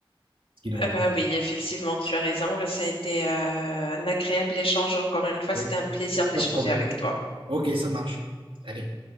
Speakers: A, on the right (about 65°); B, on the left (about 80°).
A: Ce qui devrait
B: Ah
A: pas.
B: ben oui, effectivement, tu as raison. Ben, ça a été euh, un agréable échange encore une fois.
A: Oui,
B: C'était un plaisir d'échanger
A: pas de problème.
B: avec toi.
A: Ok, ça marche. Allez.